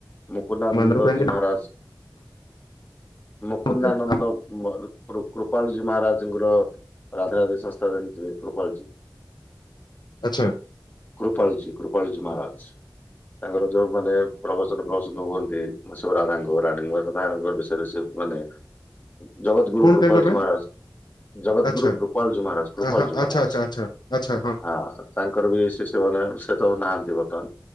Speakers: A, on the left; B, on the left.
A: ମୁକୁନ୍ଦାନନ୍ଦଜୀ
B: ମାନର କାହିଁକି
A: ମହାରାଜ ମୁକୁନ୍ଦାନନ୍ଦମ୍
B: ଥାଏ।
A: ମୋର କୃପାଳଜୀ ମହାରାଜଙ୍କର ରାଧେରାଧେ ସଂସ୍ଥା ଜାଣିଥିବେ କୃପାଳଜୀ। <inaudible>
B: ଆଚ୍ଛା।
A: କୃପାଳଜୀ କୃପାଳଜୀ ମହାରାଜ ତାଙ୍କର ଯୋଉ ମାନେ ପ୍ରବଚ ସନ ପ୍ରସନ ହୁଅନ୍ତି ସ ରାଧାଙ୍କ ରାଣୀ ରାଧାଙ୍କ ବିଷୟରେ ସେ ମାନେ ଜଗତଗୁରୁ
B: କଣ
A: କୃପାଳଜୀ
B: ତାଙ୍କର ନାଁ
A: ମହାରାଜ। ଜଗତଗୁରୁ
B: ଆଚ୍ଛା।
A: କୃପାଳଜୀ ମହାରାଜ କୃପାଳଜୀ
B: ଆହା
A: ମହାରାଜ
B: ଆଚ୍ଛା ଆଚ୍ଛା ଆଚ୍ଛା ଆଚ୍ଛା
A: ହଁ। ତାଙ୍କର ବି ଶିସ୍ୟମାନେ ସେ ତ ଆଉ ନାହାନ୍ତି ବର୍ତ୍ତମାନ